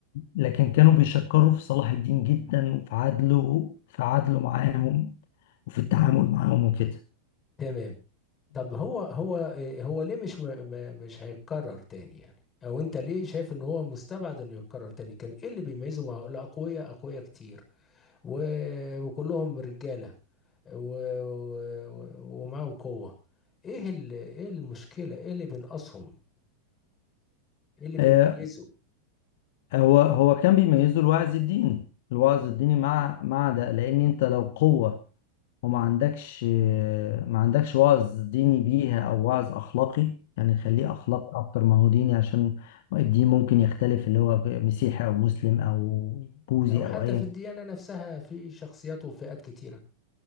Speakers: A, on the left; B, on the left.
A: لكن كانوا بيشكروا في صلاح الدين جدا وفي عدله في عدله معاهم وفي التعامل معاهم وكده
B: تمام طب هو هو إيه- هو ليه مش م- م- مش هيتكرر تاني يعني او انت ليه شايف ان هو مستبعد انه يتكرر تاني كان ايه اللي بيميزه مع الاقوياء اقوياء كتير و... وكلهم رجالة و... و... ومعاهم قوة ايه ال... ايه المشكلة ايه اللي بينقصهم ايه اللي بيميزه
A: آه، هو هو كان بيميزه الوعظ الديني الوعظ
B: مم.
A: الديني مع مع ده لان انت لو قوة وما عندكش ما عندكش وعظ ديني بيها او وعظ اخلاقي يعني خليه
B: مم.
A: اخلاقي اكتر ما هو ديني عشان الدين ممكن يختلف اللي هو مسيحي او مسلم او بوذي
B: او حتى
A: او ايا
B: في الديانة نفسها في شخصيات وفئات كتيرة